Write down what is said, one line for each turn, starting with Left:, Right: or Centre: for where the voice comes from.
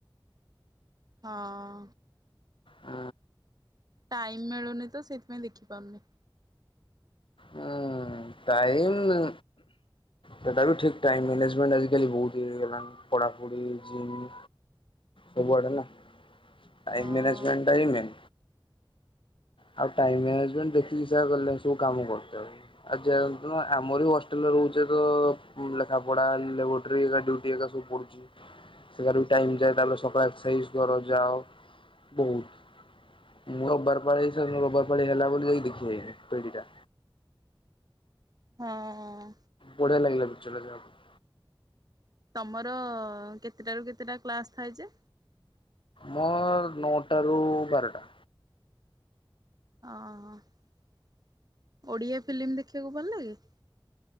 Right: ହଁ।
Left: ହ।
Right: ଟାଇମ୍ ମିଳୁନି ତ, ସେଇଥିପାଇଁ ଦେଖିପାରୁନି।
Left: ହୁଁ, ଟାଇମ୍ ସେ ଟା ବି ଠିକ୍ ଟାଇମ୍ ମ୍ୟାନେଜମେଣ୍ଟ ଆଜିକାଲି ବହୁତ ଇଏ ହେଇଗଲାଣି। ପଢାପଢି, ଜିମ୍ ସବୁଆଡେ ନା, ଟାଇମ୍
Right: ହଁ
Left: ମ୍ୟାନେଜମେଣ୍ଟ ଟା ହି ମେନ୍। ଆଉ ଟାଇମ ମାନେଜମେଣ୍ଟ ଦେଖିକି ସେଇଆକାଳେ, ସବୁ କାମ କରୁତେ ଆ ଯାଆନ୍ତୁ, ଆମର ବି ହଷ୍ଟେଲରେ ରହୁଛେ। ତ-ଅ ଲେଖା ପଢା, ଲାବୋଟ୍ରି ଏଇ ହେକା ସବୁ ପଡୁଛି। ସେଆଡେ ବି ଟାଇମ୍ ଯାଏ। ତା'ପରେ ସକାଳ ଏକ୍ସାଇଜ ଦରଜାଅ, ବହୁତ। ମୁଁ ରବ୍ ବାର ପାଳେଇ। ରବ୍ ବାର ପଳେଇ ହେଲା ବୋଲି। ଯାଇକି ଦେଖି ଆଇନି ପେଢୀଟା।
Right: ହଁ।
Left: ବଢିଆ ଲାଗିଲା। ପିକ୍ଚର ରା ଯାହଉ।
Right: ତମର, କେତେଟାରୁ କେତେଟା କ୍ଲାସ୍ ଥାଏ ଯେ?
Left: ମୋର୍ ନଅଟାରୁ ବାରଟା।
Right: ଅ, ହଁ। ଓଡିଆ ଫିଲ୍ମୀ ଦେଖିବାକୁ ଭଲ ଲାଗେ?